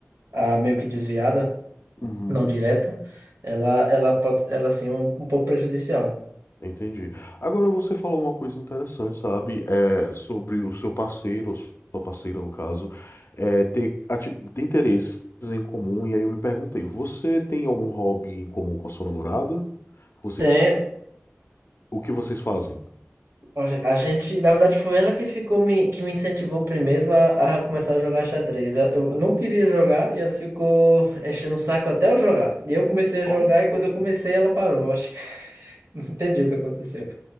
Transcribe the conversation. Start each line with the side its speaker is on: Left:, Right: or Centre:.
Right: a meio que desviada,
Left: Uhum.
Right: não direta, ela, ela pode, ela sim é um, um pouco prejudicial.
Left: Entendi. Agora você falou uma coisa interessante, sabe? É sobre o seu parceiro, ou sua parceira, no caso, é, ter, ati- ter interesses em comum. E aí eu me perguntei, você tem algum hobby em comum com a sua namorada? Vocês,
Right: Tem,
Left: o que vocês fazem?
Right: olha, a gente, na verdade, foi ela que ficou me, que me incentivou primeiro a, a começar a jogar xadrez. Eu não queria jogar e ela ficou enchendo o saco até eu jogar. E eu comecei a
Left: Olha
Right: jogar
Left: só.
Right: e quando eu comecei ela parou. Eu Acho que <laughs> não entendi o que aconteceu.